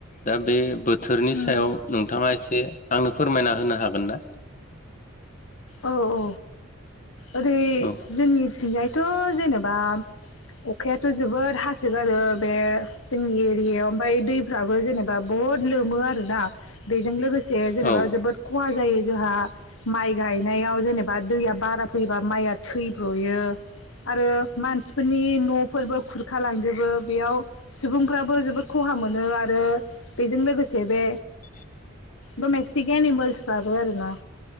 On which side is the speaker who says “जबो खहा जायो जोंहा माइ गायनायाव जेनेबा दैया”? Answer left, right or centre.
Left